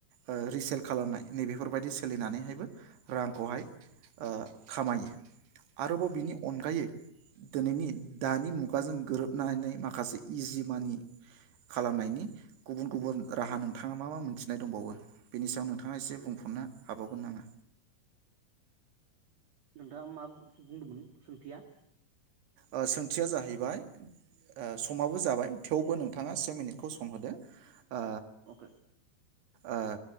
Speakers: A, on the right; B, on the right.
A: ओ रिसेल खालामनाय नैबेफोरबायदि सोलिनानैहायबो रांखौहाय ओ खामायो आरोबाव बिनि अनगायै दोनैनि दानि मुगाजों गोरोबनानै माखासे इजि मानि खालामनायनि गुबुन गुबुन राहा नोंथाङा मा मा मोनथिनाय दंबावो बेनि सायाव नोंथाङा एसे बुंफोरनो हाबावगोन नामा?
B: नोंथाङा मा बु-बुंदोंमोन सोंथिया?
A: ओ सोंथिया जाहैबाय ओ समाबो जाबाय थेवबो नोंथाङा से मिनिटखौ सम होदो। ओ
B: अके
A: ओ